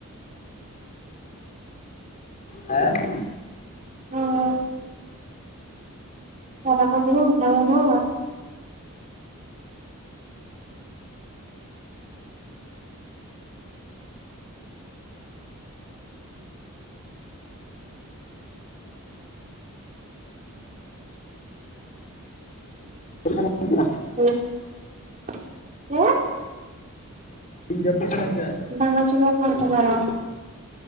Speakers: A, on the left; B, on the right.
A: ᱦᱮᱸᱦ?
B: ᱦᱳᱭ ᱾ ᱥᱟᱨᱟ ᱠᱷᱚᱱ ᱡᱩᱫᱤᱢ ᱰᱷᱟᱝ ᱰᱷᱩᱝᱟ
A: <unintelligible>
B: <unintelligible>
A: ᱤᱧ ᱡᱟᱹᱯᱤᱫ ᱥᱟᱹᱱᱟᱹᱧ ᱠᱟᱱᱟ ᱱᱤᱛᱚᱜ
B: ᱵᱟᱝ ᱟᱸᱡᱚᱢᱚᱜ ᱠᱟᱱ ᱛᱟᱢᱟ ᱨᱚᱰ